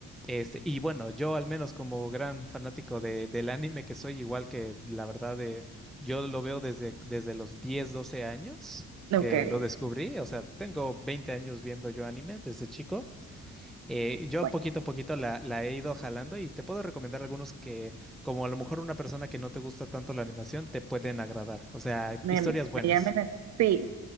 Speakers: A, in the centre; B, on the right (about 60°).
A: Este, y bueno, yo al menos como gran fanático de, del anime que soy, igual que la verdad de, yo lo veo desde, desde los 10, 12 años
B: <laughs>
A: que
B: Ok.
A: lo descubrí, o sea, tengo 20 años viendo yo anime desde chico. Eh, yo
B: Bueno,
A: poquito a poquito la, la he ido jalando y te puedo recomendar algunos que, como a lo mejor una persona que no te gusta tanto la animación, te pueden agradar, o sea,
B: me,
A: historias
B: me
A: buenas.
B: llaman. Sí.